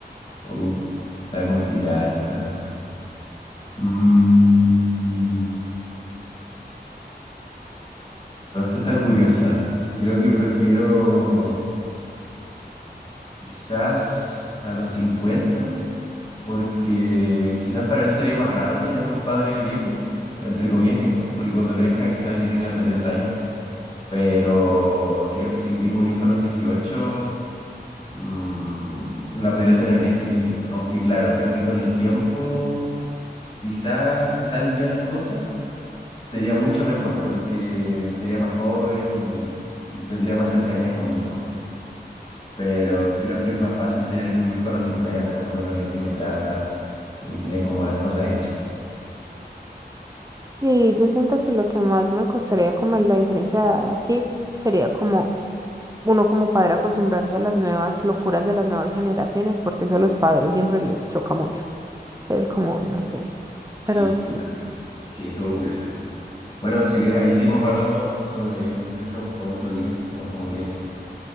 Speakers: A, on the left; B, on the right.
A: Uh, está complicada esta. Mm. No, esta está curiosa, creo que prefiero quizás a los 50 porque quizás para él sería más raro tener un padre viejo, entre comillas viejo, porque cuando crezca quizás yo tenga 70 años, pero creo que si tengo un hijo a los 18 mm, la podría tener bien difícil, aunque claro, creo que con el tiempo, quizás si salen bien las cosas, sería mucho mejor porque sería más joven y, y tendría más cercanía con mi hijo. Pero creo que es más fácil tener un hijo a los 50 cuando uno ya tiene plata y tiene como las cosas hechas.
B: Sí, yo siento que lo que más me costaría como la diferencia de edad así sería como uno como padre acostumbrarse a las nuevas locuras de las nuevas generaciones, porque eso a los padres siempre les choca mucho. Es como, no sé,
A: Sí,
B: pero sí.
A: verdad. Sí, estuvo curiosa esta. Bueno, si quieres, ahí seguimos hablando sobre esto otro día o como quieras.